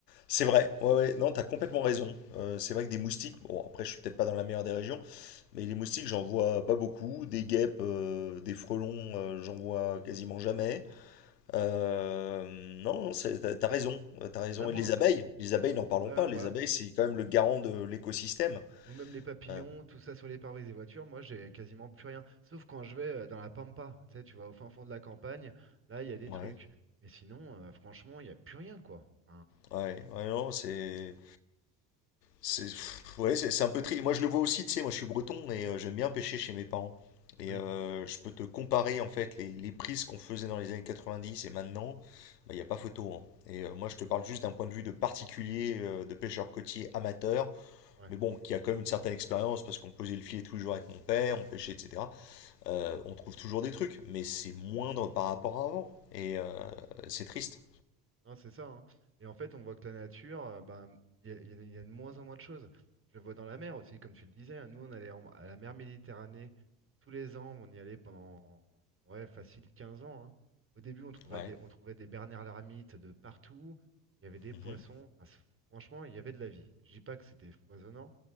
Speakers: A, on the left; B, on the right.
A: C'est vrai, ouais, ouais, non, t'as complètement raison. Euh, c'est vrai que des moustiques, bon, après, je suis peut-être pas dans la meilleure des régions, Mais les moustiques, j'en vois pas beaucoup. Des guêpes, euh, des frelons, euh, j'en vois quasiment jamais. Euh, non, non, c'est- t'as t'as raison, euh, t'as raison.
B: Il y en a moins,
A: Et les abeilles,
B: hein.
A: les abeilles, n'en parlons
B: Ouais, ouais,
A: pas.
B: voilà.
A: Les abeilles, c'est quand même le garant de l'écosystème.
B: Ou même les papillons,
A: Euh,
B: tout ça sur les pare-brise des voitures, moi j'ai quasiment plus rien. Sauf quand je vais euh, dans la pampa, tu sais, tu vas au fin fond de la campagne, là il y a des
A: ouais.
B: trucs. Mais sinon, euh, franchement, il n'y a plus rien, quoi. Enfin,
A: Ouais, ouais, non, c'est. C'est pff, ouais, c'est c'est un peu triste. Moi, je le vois aussi, tu sais, moi je suis breton et euh, j'aime bien pêcher chez mes parents. Et
B: oui,
A: euh, je peux te comparer en fait les, les prises qu'on faisait dans les années 90 et maintenant, bah, il n'y a pas photo. hein. Et euh, moi, je te parle juste d'un point de vue de particulier, euh, de pêcheur côtier amateur,
B: ouais.
A: mais bon, qui a quand même une certaine expérience parce qu'on posait le filet tous les jours avec mon père, on pêchait, etc. Euh, on trouve toujours des trucs, mais c'est moindre par rapport à avant. Et euh, c'est triste.
B: Hein, c'est ça. hein. Et en fait, on voit que la nature, euh, bah, il y a, il y a- il y a de moins en moins de choses. Je le vois dans la mer aussi, comme tu le disais. hein. Nous, on allait en- à la mer Méditerranée tous les ans. On y allait pendant, ouais, facile 15 ans. hein. Au début, on trouverait
A: Ouais.
B: des, on trouvait des bernards l'ermite de partout. Il y avait des
A: Mhm.
B: poissons. Enfin, c- franchement, il y avait de la vie. Je dis pas que c'était foisonnant,